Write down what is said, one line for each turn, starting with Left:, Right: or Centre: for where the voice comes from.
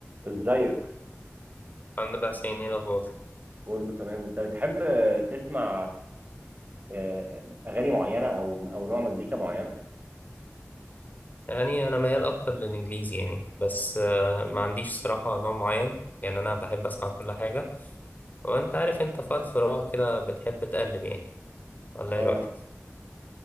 Right: ازيك
Left: عن أربع سنين إيه الأخبار؟
Right: كله تمام انت بتحب تسمع آه، اغاني معينه او او نوع مزيكا معينه
Left: يعني أنا ميال أكتر للإنجليزي يعني بس آه، ما عنديش صراحة نوع معين يعني أنا بحب أسمع كل حاجة وأنت عارف أنت في وقت فراغ كده بتحب تقلب يعني والله
Right: اه
Left: إيه رأيك؟